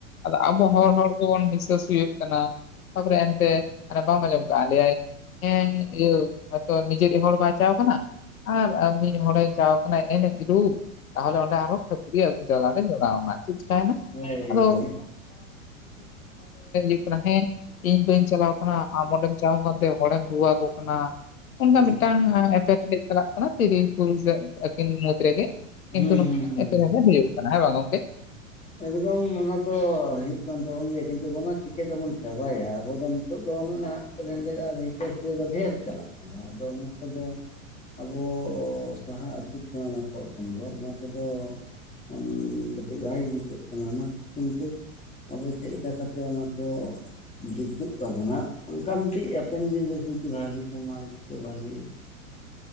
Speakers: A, on the left; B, on the left.
A: ᱟᱫᱚ ᱟᱵᱚ ᱦᱚᱲ ᱦᱚᱲ ᱜᱮᱵᱚᱱ ᱦᱤᱸᱥᱟᱹ ᱦ ᱥᱩᱭᱟᱜ ᱠᱟᱱᱟ ᱛᱟᱯᱚᱨᱮ ᱮᱱᱛᱮ <unintelligible> ᱵᱟᱢ ᱟᱸᱡᱚᱢ ᱠᱟᱜ ᱞᱮᱹᱭ ᱟᱭ ᱦᱮᱸ ᱤᱭᱟᱹ ᱦᱚᱛᱚ ᱱᱤᱡᱮ ᱜᱮ ᱦᱚᱲ ᱵᱟᱭᱪᱟᱣ ᱠᱟᱱᱟ ᱟᱨ ᱢᱤᱫ ᱦᱚᱲ ᱮ ᱪᱟᱣ ᱠᱟᱱᱟ ᱮᱱᱮᱡ ᱨᱩᱸ ᱛᱟᱦᱚᱞᱮ ᱚᱸᱰᱮ ᱟᱨᱦᱚᱸ ᱠᱷᱟᱹᱯᱟᱹᱨᱤᱭᱟᱹ ᱟᱹᱜᱩ ᱪᱟᱞᱟᱜᱮ ᱡᱚᱲᱟᱣᱱᱟ ᱪᱮᱫ ᱪᱤᱠᱟᱭᱮᱱᱟ
B: ᱦᱳᱭ
A: ᱟᱫᱚ? <inaudible> ᱤᱧ ᱵᱟᱹᱧ ᱪᱟᱞᱟᱣ ᱠᱟᱱᱟ ᱟᱢ ᱚᱸᱰᱮᱢ ᱪᱟᱣ ᱠᱟᱱᱛᱮ ᱦᱚᱲᱮᱢ ᱨᱩᱣᱟᱠᱚ ᱠᱟᱱᱟ ᱚᱱᱠᱟ
B: ᱦᱩᱸ
A: ᱢᱤᱫᱴᱟᱝ ᱮᱯᱮᱨ ᱦᱮᱸᱰᱮᱡ ᱪᱟᱞᱟᱜ ᱠᱟᱱᱟ ᱛᱤᱨᱤ ᱯᱟᱨᱩᱥ ᱟᱹᱠᱤᱱ ᱢᱩᱫᱽ ᱨᱮᱜᱮ ᱠᱤᱱᱛᱩ
B: ᱦᱩᱸ ᱦᱩᱸ ᱦᱩᱸ
A: ᱟᱛᱩ ᱨᱮᱫᱚ ᱦᱩᱭᱩᱜ ᱠᱟᱱᱟ ᱦᱮᱸ ᱵᱟᱝ ᱜᱚᱝᱠᱮ
B: ᱮᱠᱫᱚᱢ ᱚᱱᱟ ᱫᱚ ᱦᱩᱭᱩᱜ ᱠᱟᱱ ᱛᱟᱵᱚᱱ ᱜᱮᱭᱟ ᱠᱤᱱᱛᱩ ᱚᱱᱟ ᱪᱤᱠᱟᱹ ᱛᱮᱵᱚᱱ ᱪᱟᱵᱟᱭᱟ ᱟᱵᱚ ᱫᱚ ᱱᱤᱛᱚᱜ ᱫᱚ ᱚᱱᱮ ᱱᱟᱦᱟᱜ ᱠᱮᱞᱮᱱᱰᱟᱨ ᱟᱨ ᱦᱤᱥᱟᱹᱥᱩᱭᱟᱹ ᱫᱚ ᱰᱷᱮᱨ ᱪᱟᱞᱟᱜ ᱠᱟᱱᱟ ᱟᱫᱚ ᱚᱱᱟ ᱠᱚᱫᱚ ᱟᱵᱚ ᱥᱟᱦᱟᱜ ᱟᱹᱛ ᱠᱟᱱᱟ ᱚᱱᱟ ᱠᱚ ᱠᱷᱚᱱ ᱫᱚ ᱚᱱᱟ ᱠᱚᱫᱚ ᱦᱮᱸ ᱠᱟᱹᱴᱤᱡ ᱵᱟᱭ ᱡᱩᱛᱩᱜ ᱠᱟᱱᱟ ᱚᱱᱟᱛᱮ ᱠᱤᱱᱛᱩ ᱟᱵᱚ ᱪᱮᱫ ᱞᱮᱠᱟ ᱠᱟᱛᱮᱜ ᱚᱱᱟᱠᱚ ᱡᱩᱛᱩᱜ ᱛᱟᱵᱚᱱᱟ ᱚᱱᱠᱟ ᱢᱤᱫᱴᱤᱡ ᱦᱟᱯᱮᱱ ᱫᱤᱱᱨᱮ ᱵᱷᱟᱹᱞᱤ ᱥᱚᱢᱟᱡᱽ ᱥᱮ ᱵᱷᱟᱹᱞᱤ
A: <inaudible>